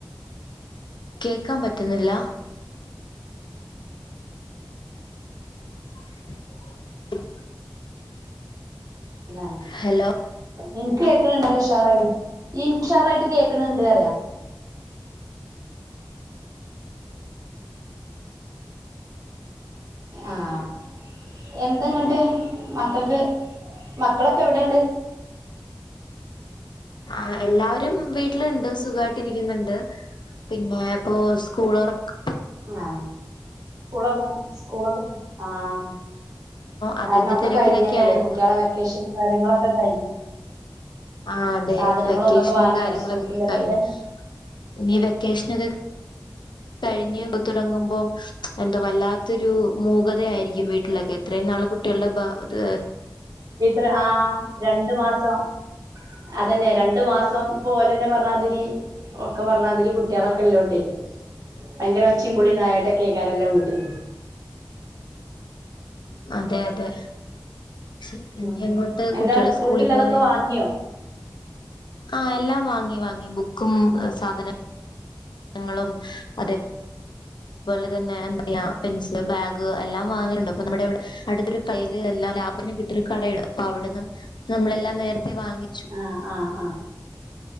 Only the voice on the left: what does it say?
കേക്കാൻ പറ്റുന്നില്ല <inaudible>
ഹലോ
ആ എല്ലാവരും വീട്ടിലുണ്ട് സുഖമായിട്ട് ഇരിക്കുന്നുണ്ട് പിന്നെ ഇപ്പോ സ്കൂള് തുറക്ക്
അതിന്റെ
തിരക്കിലൊക്കെ
ആയിരുന്നു
ആ അതെ
വെക്കേഷനും
കാര്യങ്ങളൊക്കെ
കഴിഞ്ഞു ഇനി വെക്കേഷനൊക്കെ കഴിഞ്ഞഞ്തുടങ്ങുമ്പോം എന്താ വല്ലാത്തൊരു മൂകത ആയിരിക്കും വീട്ടിലൊക്കെ ഇത്രയും നാള് കുട്ടികളുടെ ബ ഇത്
അതെ അതെ ശ
ഞങ്ങൾക്ക്
കുട്ടികള്
സ്കൂളിൽ പോന്നെയുണ്ട്
ആഹ് എല്ലാം വാങ്ങി വാങ്ങി ബുക്കും സാധന ങ്ങളും അതേ അതുപോലെ തന്നെ എന്തൊക്കെയാ പെൻസില് ബാഗ് എല്ലാം വാങ്ങലുണ്ട് അപ്പ നമ്മുടെ ഇവിടെ അടുത്തൊരു കടയിൽ എല്ലാം ലാഭത്തിന് കിട്ടൊരു കടയാണ് അപ്പൊ അവിടുന്ന് ഞങ്ങളെല്ലാം നേരത്തെ വാങ്ങി